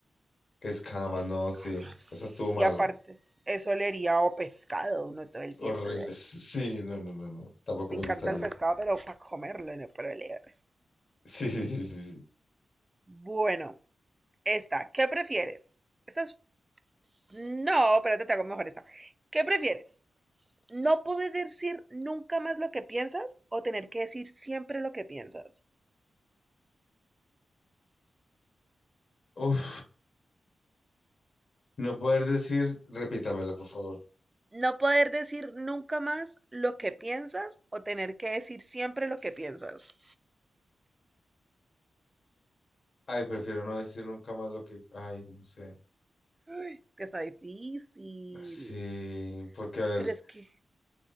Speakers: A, on the left; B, on the right.
A: escamas.
B: Esas
A: No, sí.
B: ganas.
A: Esa estuvo mala.
B: Y aparte, eso olería a pescado uno todo el tiempo.
A: Horrible. Sí, no, no, no, no. Tampoco
B: Me
A: me
B: encanta
A: gustaría.
B: el pescado, pero para comerlo, no para leer.
A: Sí, sí, sí, sí. sí.
B: Bueno, Esta, ¿qué prefieres? Esta es... No, espérate, te hago mejor esta. ¿Qué prefieres? ¿No poder decir nunca más lo que piensas o tener que decir siempre lo que piensas?
A: Uf. No poder decir, repítamela, por favor.
B: ¿No poder decir nunca más lo que piensas o tener que decir siempre lo que piensas?
A: Ay, prefiero no decir nunca más lo que. Ay, no sé.
B: Ay, es que está difícil.
A: Sí, porque a ver.
B: Pero es que